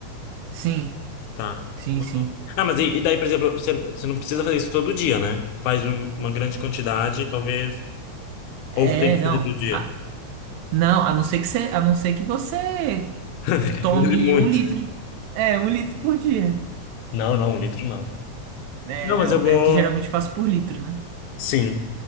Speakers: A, on the right; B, on the left.
A: sim,
B: Tá.
A: sim,
B: Uhum.
A: sim.
B: Ah, mas e, e daí, por exemplo, você, você não precisa fazer isso todo dia, né? Faz um- uma grande quantidade, talvez.
A: É,
B: Ou tem que
A: não.
B: fazer todo dia.
A: Ah, não, a não ser que você, a não ser que você
B: <laughs>
A: tome
B: Use muito.
A: um litro, de- é, um litro por dia.
B: Não, não, um litro não.
A: É,
B: Não,
A: não,
B: mas eu vou.
A: é que geralmente faço por litro, né?
B: Sim.